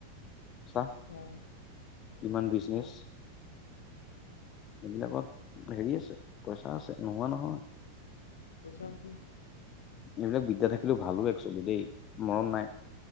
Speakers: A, on the left; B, on the left.
A: চা
B: অ
A: কিমান বিজনেছ। এইবিলাকত হেৰি আছে পইচা আছে নোহোৱা নহয়।
B: পইচা আছে।
A: এইবিলাক বিদ্যা থাকিলে ভালো একচলি দেই মৰম নাই।